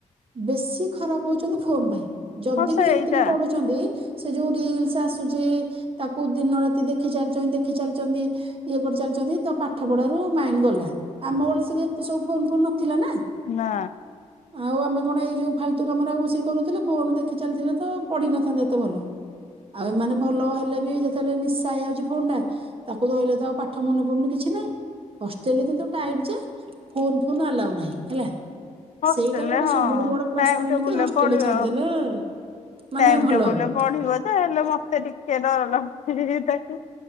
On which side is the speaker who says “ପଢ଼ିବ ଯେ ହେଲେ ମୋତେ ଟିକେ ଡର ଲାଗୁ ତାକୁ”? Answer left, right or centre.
Left